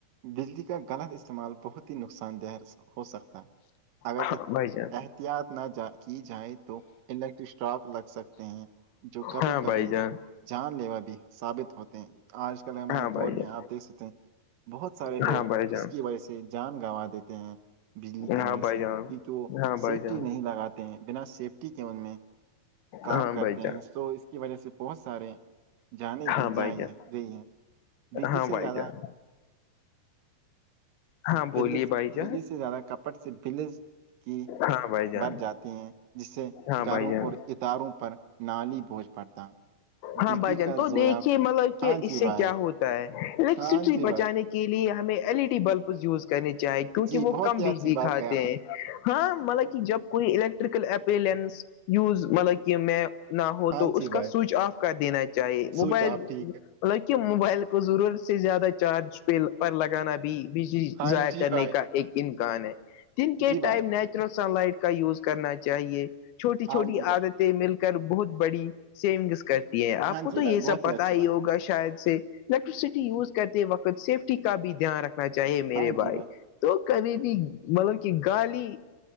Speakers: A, on the right (about 70°); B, on the left (about 85°).
A: بجلی کا غلط استعمال بہت ہی نقصان دہ ہو سکتا ہے اگر
B: ہاں بھائی جان
A: احتیاط نہ کی جائے تو الیکٹرک اسٹاک لگ سکتے ہیں جو کبھی
B: ہاں
A: کبھی
B: بھائی جان
A: جان لیوا بھی ثابت ہوتے ہیں آج کل ہم
B: ہاں بھائی
A: دور
B: جان
A: میں آپ دیکھ سکتے ہیں بہت سارے لوگ
B: ہاں بھائی جان
A: اس کی وجہ سے جان گوا دیتے ہیں بجلی کی
B: ہاں
A: وجہ
B: بھائی
A: سے
B: جان
A: کیونکہ وہ
B: ہاں بھائی
A: سیفٹی
B: جان
A: نہیں لگاتا ہیں بنا سیفٹی کے ان میں کام
B: ہاں
A: کرتے
B: بھائی جان
A: ہیں سو اس کی وجہ سے بہت سارے جان بھی
B: ہاں
A: ج
B: بھائی
A: ہے
B: جان
A: یہی ہے بجلی
B: ہاں
A: سے
B: بھائی
A: زیادہ
B: جان ہاں بولیے
A: بلز
B: بھائی جان
A: بلی سے زیادہ کپٹ سے بلز کی
B: ہاں بھائی جان
A: بر جاتے ہیں جس سے
B: ہاں
A: گھروں
B: بھائی جان
A: اور اتاروں پر نالی بوجھ پڑتا
B: ہاں
A: بجلی
B: بھائی جان
A: کا
B: تو
A: زویا
B: دیکھیے مطلب کہ
A: ہاں
B: اس
A: جی
B: سے
A: بھائی
B: کیا ہوتا الیکٹرسٹی
A: ہاں جی
B: بچانے
A: بھائی
B: کے لیے ہمیں L E D bulb use کر کرنے چاہے کیونکہ
A: جی
B: وہ
A: بہت
B: کم
A: ہی
B: بجلی
A: اچھی بات
B: کھاتے
A: کہی آپ نے
B: ہیں ہاں مطلب کہ جب کوئی الیکٹریکل اپلینس یوز مطلب کہ میں نہ ہو
A: ہاں
B: تو اس
A: جی بھائی
B: کا سوئچ آف کر دینا چاہیے موبائل
A: سوچ آپ ٹھیک ہے
B: لطکہ موبائل کو ضرورت سے زیادہ چارج پہ پر لگانا بھی بجلی
A: ہاں
B: ضائع
A: جی
B: کرنے
A: بھائی
B: کا ایک امکان ہے دن کے
A: جی بھائی
B: ٹائم نیچرل سن لائٹ کا یوز کرنا چاہیے چھوٹی
A: ہاں
B: چھوٹی
A: جی بھائی
B: عادتیں مل کر بہت بڑی سیونگس کرتے یہ آپ
A: ہاں
B: کو
A: جی
B: تو یہ
A: بھائی بہت
B: سب پتا
A: اچھی
B: ہی
A: بات
B: ہوگا
A: کہی
B: شاید سے الیکٹرسٹی یوز کرتے وقت سیفٹی کا بھی دھیان رکھنا چاہیے میرے
A: ہاں جی
B: بھائیک
A: بھائی
B: تو کبھی بھی مطلب کہ گالی